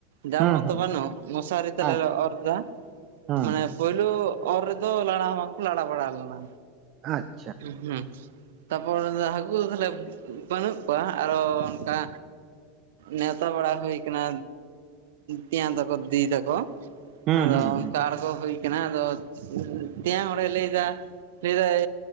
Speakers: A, on the right; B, on the right.
A: ᱡᱟᱞ
B: ᱦᱩᱸ
A: ᱢᱟᱛᱚ
B: ᱦᱩᱸ
A: ᱵᱟᱹᱱᱩᱜ ᱢᱚᱥᱟᱨᱤ ᱛᱮᱞᱮ
B: ᱟᱪ
A: ᱚᱨᱫᱟ
B: ᱦᱩᱸ
A: ᱢᱟᱱᱮ, ᱯᱩᱭᱞᱩ ᱚᱨ ᱨᱮᱫᱚ ᱞᱟᱲᱟ ᱦᱚᱸ ᱵᱟᱠᱚ ᱞᱟᱲᱟ ᱵᱟᱲᱟ ᱞᱮᱱᱟ᱾
B: ᱟᱪ,
A: ᱩᱦᱩᱜ ᱛᱟᱯᱚᱨ ᱦᱟᱹᱠᱩ ᱫᱚ ᱛᱟᱦᱞᱮ ᱵᱟᱹᱱᱩᱜ ᱠᱚᱣᱟ ᱟᱨᱚ ᱚᱱᱠᱟ, ᱱᱮᱶᱛᱟ ᱵᱟᱲᱟ ᱦᱩᱭ ᱠᱟᱱᱟ, ᱛᱮᱭᱟᱝ ᱛᱟᱠᱚ ᱫᱤᱫᱤ ᱛᱟᱠᱚ
B: ᱦᱩᱸ
A: ᱦᱚᱸ
B: ᱦᱩᱸ
A: ᱚᱱᱠᱟ ᱟᱲᱜᱚ ᱦᱩᱭ, ᱠᱟᱱᱟ ᱟᱫᱚ ᱛᱮᱭᱟᱝ ᱦᱚᱲᱮ ᱞᱟᱹᱭᱫᱟᱭ ᱞᱟᱹᱭᱫᱟᱭ,